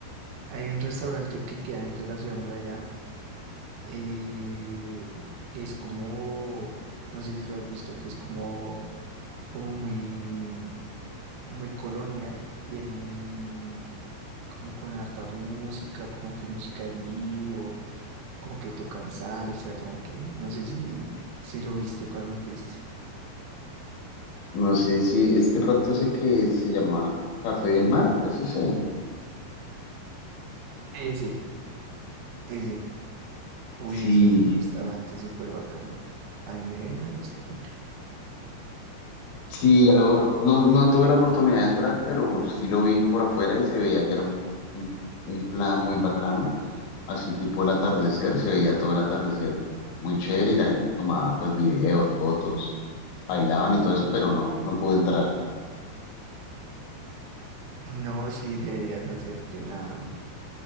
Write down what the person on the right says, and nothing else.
Hay un restaurante que queda dentro de la ciudad amurallada, eh, que es como, no sé si lo has visto, que es como, como muy, muy colonial y es muy como con harta música, como que música en vivo, como que tocan salsa, como que no sé si, si lo viste cuando fuiste.
Ese, ese. Uy,
ese es un restaurante súper bacano. A mí me, me gustó mucho.
No, sí, deberías hacerte la...